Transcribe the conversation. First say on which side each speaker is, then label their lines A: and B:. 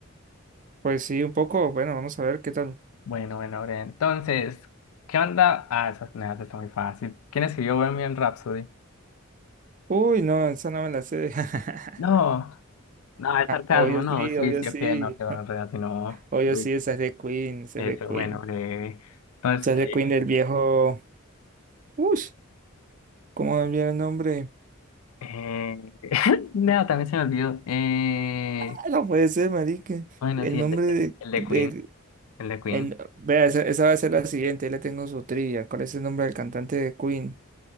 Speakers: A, on the right; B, on the left.
A: Pues sí, un poco. Bueno, vamos a ver qué tal.
B: Bueno, bueno, Aurea, entonces, ¿qué onda? Ah, esas nada está muy fácil. ¿Quién escribió Bohemian Rhapsody?
A: Uy, no, esa no me la sé. <laughs>
B: No, no, es sarcasmo,
A: Obvio
B: no,
A: sí,
B: sí,
A: obvio
B: sí,
A: sí.
B: ok, no, qué bueno, en realidad, sí, no.
A: Obvio
B: sí,
A: sí, esa es de Queen, esa
B: Eso,
A: es de Queen.
B: bueno, eh, entonces,
A: Esa es de
B: qué
A: Queen del viejo. Uy, ¿cómo me olvidé el nombre?
B: eh, <laughs> no, también se me olvidó. Eh,
A: Ah, no puede ser, marica.
B: bueno,
A: El
B: sí,
A: nombre
B: el de,
A: de...
B: el de
A: de-
B: Queen, el de Queen.
A: el- Vea, esa, esa va a ser la siguiente. Ahí le tengo su trivia. ¿Cuál es el nombre del cantante de Queen?